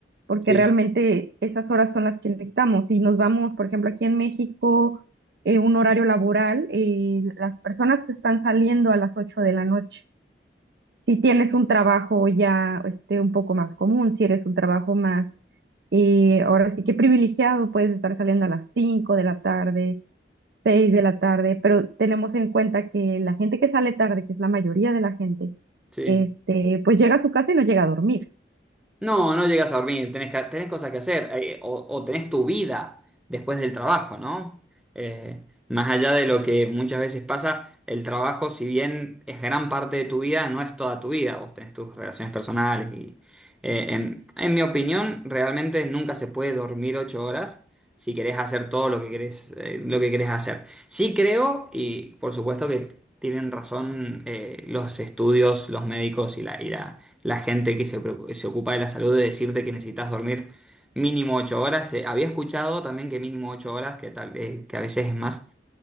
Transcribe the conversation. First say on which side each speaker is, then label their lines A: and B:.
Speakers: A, on the right; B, in the centre.
A: porque
B: sí,
A: realmente esas horas son las que necesitamos. Si nos vamos, por ejemplo, aquí en México, eh, un horario laboral, eh, las personas que están saliendo a las ocho de la noche. si tienes un trabajo ya este, un poco más común, si eres un trabajo más, eh, ahora sí que privilegiado, puedes estar saliendo a las 5 de la tarde, 6 de la tarde, pero tenemos en cuenta que la gente que sale tarde, que es la mayoría de la gente,
B: sí.
A: este, pues llega a su casa y no llega a dormir.
B: No, no llegas a dormir, tenés, ca- tenés cosas que hacer, eh, o, o tenés tu vida después del trabajo, ¿no? Eh, más allá de lo que muchas veces pasa, el trabajo, si bien es gran parte de tu vida, no es toda tu vida, vos tenés tus relaciones personales y, eh, en, en mi opinión, realmente nunca se puede dormir ocho horas si querés hacer todo lo que querés, eh, lo que querés hacer. Sí creo, y por supuesto que tienen razón eh, los estudios, los médicos y la, y la, la gente que se, preocu- se ocupa de la salud de decirte que necesitas dormir mínimo 8 horas. Eh, había escuchado también que mínimo 8 horas, que, tal, eh, que a veces es más.